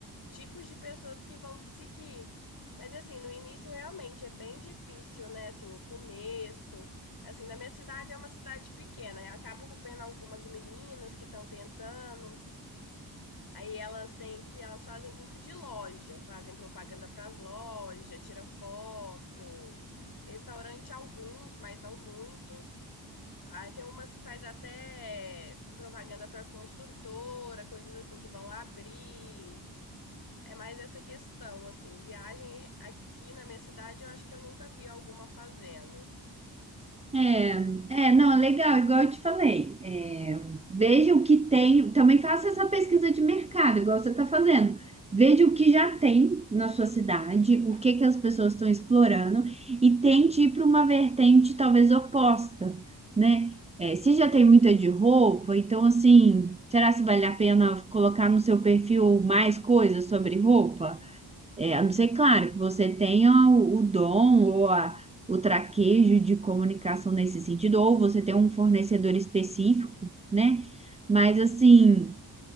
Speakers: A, on the left; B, on the right.
A: tipos de pessoas que vão te seguir. Mas assim, no início realmente é bem difícil, né? Assim, o começo, assim, na minha cidade é uma cidade pequena, eu acabo vendo algumas meninas que estão tentando, Aí elas têm que, elas fazem muito de loja, fazem propaganda para as lojas, tira foto. Restaurante alguns, mas não muitos. Aí tem umas que faz até propaganda para construtora, coisas assim que vão abrir. É mais essa questão, assim, viagem aqui na minha cidade, eu acho que eu nunca vi alguma fazendo.
B: É, é, não, é legal, igual eu te falei. É, veja o que tem, também faça essa pesquisa de mercado, igual você está fazendo. Veja o que já tem na sua cidade, o que que as pessoas estão explorando e tente ir para uma vertente talvez oposta, né? É, se já tem muita de roupa, então assim, será se vale a pena colocar no seu perfil mais coisas sobre roupa? É, a não ser, claro, que você tenha o, o dom ou a- o traquejo de comunicação nesse sentido, ou você tem um fornecedor específico, né? Mas, assim,